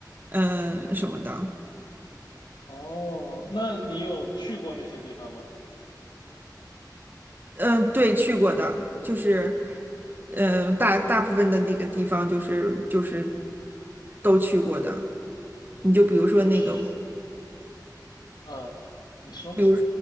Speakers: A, on the right (about 25°); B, on the left (about 80°).
A: 嗯、呃什么的，
B: 哦，那你有去过那些地方吗？
A: 嗯、呃对，去过的，就是呃大大部分的那个地方就是就是都去过的。你就比如说那个，
B: 比如说，嗯，你说，
A: 比如